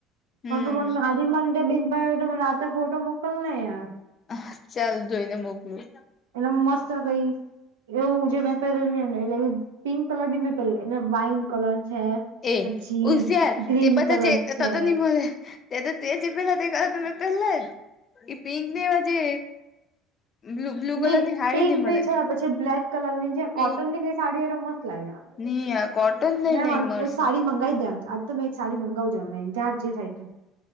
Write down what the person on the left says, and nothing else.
હમ
હા ચાલ જોઈને મોકલું
એ
ઉશિયાર
તે બધા
જે
તો નહી મળે તે તો તે જે પેલા દેખા તે પેરેલા જ એ પિંક ને એવા જે બ્લુ બ્લુ
કલર ની હાડી
નહી
મળે
પિંક
નહી આ કોટન ની
લઈ મરશે